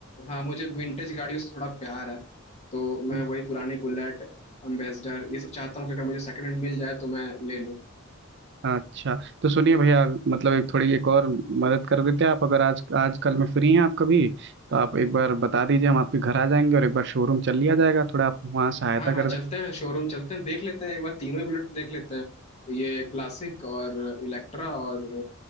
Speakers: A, on the left; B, on the right.
A: हाँ मुझे विंटेज गाड़ियों से थोड़ा प्यार है तो मैं
B: हम्म।
A: वही पुरानी बुलेट अम्बेसडर ये सब चाहता हूँ कि अगर मुझे सेकंड हैंड मिल जाए तो मैं ले लूँ
B: अच्छा तो सुनिए भैया मतलब एक थोड़ी एक और मदद कर देते हैं आप अगर आज आजकल में फ्री हैं आप कभी तो आप एक बार बता दीजिए हम आपके घर आ जाएंगे और एक बार शोरूम चल लिया जाएगा थोड़ा आप वहाँ सहायता
A: हाँ हाँ
B: कर
A: चलते हैं शोरूम चलते हैं देख लेते हैं एक बार तीनों ही बुलेट देख लेते हैं ये क्लासिक और इलेक्ट्रा और